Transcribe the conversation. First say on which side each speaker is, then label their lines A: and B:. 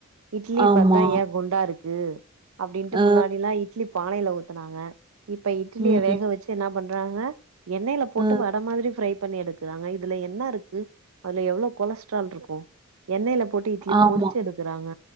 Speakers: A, on the right; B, on the right.
A: இட்லிய
B: ஆமா.
A: பாத்தா ஏ குண்டா இருக்கு அப்டின்ட்டு
B: அ,
A: முன்னாடில்லாம் இட்லி பானைல ஊத்னாங்க இப்ப இட்லிய
B: ம்,
A: வேக வச்சி என்ன பண்றாங்க எண்ணெய்ல போட்டு
B: அ,
A: வட மாரி ஃப்ரை பண்ணி எடுக்குறாங்க இதுல என்னா இருக்கு அதுல எவ்ளோ கொலஸ்ட்ரால் இருக்கும் எண்ணெய்ல போட்டு இட்லி
B: ஆமா.
A: பொறிச்சி எடுக்குறாங்க